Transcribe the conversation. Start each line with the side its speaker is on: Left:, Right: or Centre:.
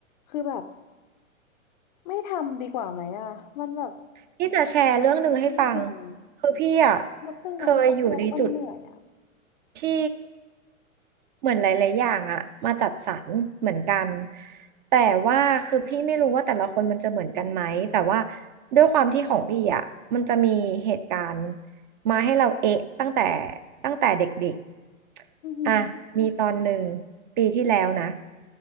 Left: คือแบบไม่ทำดีกว่าไหมอะมันแบบ
Right: พี่จะแชร์เรื่องหนึ่งให้ฟัง
Left: มันเหนื่อย
Right: คือพี่อ่ะ
Left: มันเพิ่งนับว่ามันเหนื่อยอ่ะ
Right: เคยอยู่ในจุดที่ เหมือนหลายๆอย่างอะมาจัดสรรเหมือนกันแต่ว่าคือพี่ไม่รู้ว่าแต่ละคนมันจะเหมือนกันไหมแต่ว่าด้วยความที่ของพี่อะมันจะมีเหตุการณ์มาให้เราเอ๊ะตั้งแต่ตั้งแต่เด็กๆอ่ะมีตอนหนึ่ง
Left: อือหือ
Right: ปีที่แล้วนะ